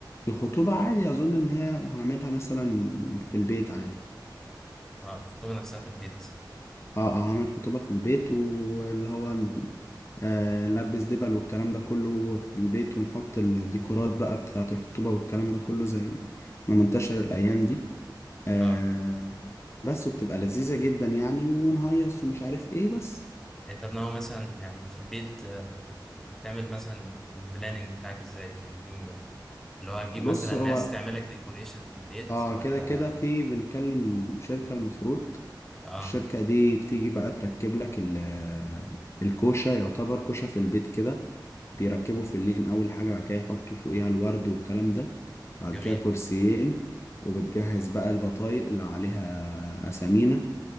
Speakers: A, on the left; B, in the centre.
A: الخطوبة عادي أظن إن هي هعملها مثلا في البيت عادي
B: اه الخطوبه نفسها في البيت
A: أه أه هعمل خطوبة في البيت واللي هو ن- آه، نلبس دبل والكلام ده كله في البيت ونحط الديكورات بقى بتاعة الخطوبة والكلام ده كله زي ما منتشر الأيام دي آه
B: اه
A: بس وبتبقى لذيذة جدا يعني ونهيص ومش عارف ايه بس
B: انت بناوي مثلا يعني في البيت آه، بتعمل مثلا البلاننج بتاعك ازاي في اليوم ده اللي هو هتجيب
A: بص
B: مثلا
A: هو
B: ناس تعملك ديكوريشن في البيت
A: اه
B: ولا
A: كده كده في بنكلم شركة المفروض
B: اه
A: الشركة دي بتيجي بقى تركب لك ال- آه، الكوشة يعتبر كوشة في البيت كده بيركبوا في اللين أول حاجة بعد كده يحطوا فوقيها الورد والكلام ده بعد
B: جميل
A: كده كرسيين وبتجهز بقى البطايق اللي عليها أسامينا